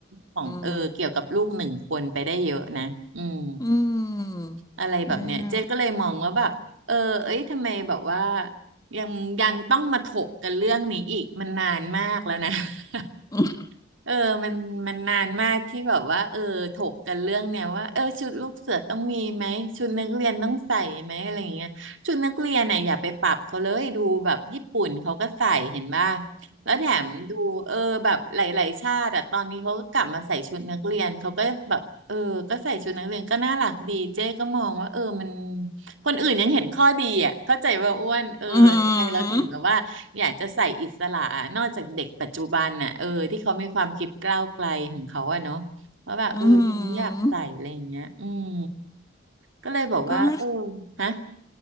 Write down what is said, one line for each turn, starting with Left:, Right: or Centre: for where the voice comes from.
Right: ของเออเกี่ยวกับลูกหนึ่งคนไปได้เยอะนะอืม
Left: มอืมนั่นแหละ
Right: อะไรแบบเนี้ยเจ๊ก็เลยมองว่าแบบเออเอ้ยทำไมแบบว่ายังยังต้องมาถกกันเรื่องนี้อีกมันนานมากแล้วนะ <laughs>
Left: อืม
Right: เออมันมันนานมากที่แบบว่าเออถกกันเรื่องเนี้ยว่าเออชุดลูกเสือต้องมีไหมชุดนักเรียนต้องใส่ไหมอะไรอย่างเงี้ยชุดนักเรียนน่ะอย่าไปปรับเขาเลยดูแบบญี่ปุ่นเขาก็ใส่เห็นป่ะ แล้วแถมดูเออแบบหลายๆชาติอะตอนนี้เขาก็กลับมาใส่ชุดนักเรียนเขาก็แบบเออก็ใส่ชุดนักเรียนก็น่ารักดีเจ๊ก็มองว่าเออมันคนอื่นยังเห็นข้อดีอ่ะเข้าใจว่าอ้วนเออทำไมเราถึงแบบว่าอยากจะใส่อิสระนอกจากเด็กปัจจุบันน่ะเออที่เขามีความคิดก้าวไกลของเขาอะเนาะ
Left: อืม
Right: ว่าแบบเออฉันไม่อยากใส่อะไรอย่างเงี้ยอืม
Left: อืม
Right: ก็เลยบอกว่าเออ
Left: ก็ให้
Right: ฮะ